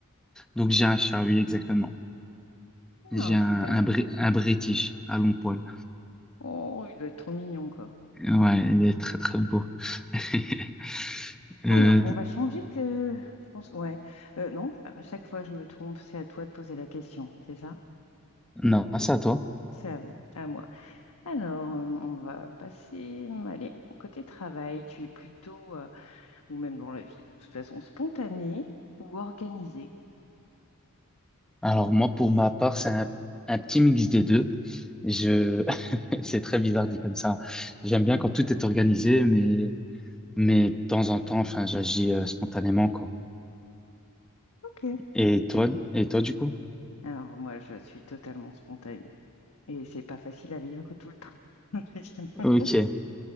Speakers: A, in the centre; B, on the left.
A: donc j'ai un chat, oui, exactement. J'ai
B: Ah, super.
A: un, un, Bri- un British à long poil.
B: Oh, il doit être trop mignon, quoi.
A: Ouais, il est très, très beau. <laughs> Euh,
B: Alors, on va changer que, je pense, ouais, Euh, non, à chaque fois je me trompe, c'est à toi de poser la question, c'est ça?
A: non, c'est à toi.
B: C'est à moi. À moi. Alors, euh, on va passer, euh, allez, côté travail, tu es plutôt, euh, ou même dans la vie, de toute façon, spontanée ou organisée?
A: Alors, moi, pour ma part, c'est un, un petit mix des deux. Je, <laughs> c'est très bizarre dit comme ça. J'aime bien quand tout est organisé, mais mais de temps en temps, enfin, j'agis euh, spontanément, quoi.
B: Ok.
A: Et toi, et toi, du coup?
B: Alors, moi, je suis totalement spontanée et c'est pas facile à vivre tout le temps. <laughs>
A: Ok,